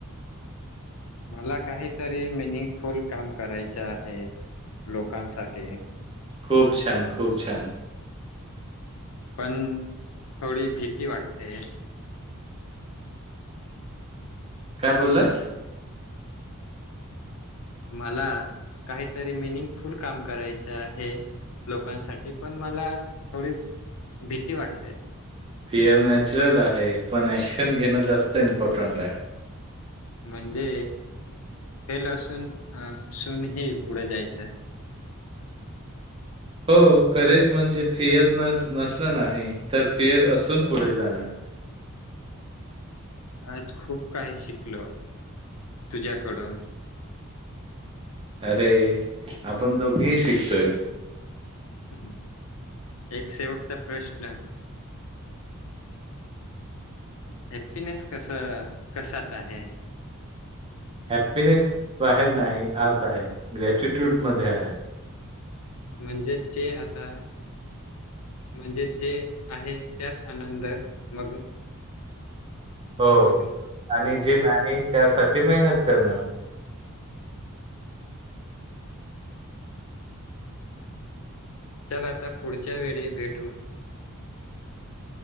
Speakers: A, on the left (about 80°); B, on the right (about 25°).
A: मला काहीतरी मिनिंगफुल काम करायच आहे लोकांसाठी.
B: खूप छान, खूप छान.
A: पण थोडी भिती वाटते.
B: काय बोललास?
A: मला काहीतरी मिनिंगफुल काम करायच आहे. लोकांसाठी पण मला थोडी भीती वाटते.
B: फियर नॅचरूल आहे पण ऍक्शन घेणं जास्त इम्पॉर्टंट आहे.
A: म्हणजे फेल अशुन अशुनही पुढे जायचं.
B: हो करेज म्हणजे फियर नस नसणं नाही तर फियर असून पुढे जाणं.
A: आज खूप काही शिकलो तुझ्याकडून.
B: अरे आपण दोघी शिकलो.
A: हम् एक शेवटचा प्रश्न. हॅप्पीनेस कस कशात आहे?
B: हॅपिनेस बाहेर नाही आत आहे ग्रॅटिट्यूड मध्ये आहे.
A: म्हणजेच जे आता म्हणजे जे आहे त्यात आनंद मग
B: हो
A: मग हम्म
B: आणि जे नाही त्यासाठी मेहनत करणं.
A: चला आता पुढच्या वेळी भेटू.